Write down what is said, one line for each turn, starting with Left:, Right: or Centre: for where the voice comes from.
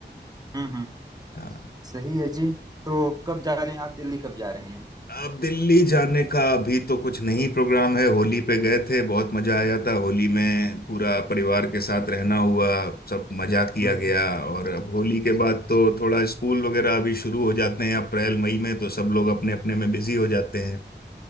Right: हम्म हम्म
Left: हाँ,
Right: सही है जी तो कब जा रहे हैं आप दिल्ली कब जा रहे हैं
Left: अब दिल्ली जाने का अभी तो कुछ नहीं प्रोग्राम है होली पे गए थे बहुत मजा आया था होली में पूरा परिवार के साथ रहना हुआ सब मजा किया
Right: हम्म
Left: गया और अब होली के बाद तो थोड़ा स्कूल वगैरह अभी शुरू हो जाते हैं अप्रैल मई में तो सब लोग अपने अपने में बिजी हो जाते हैं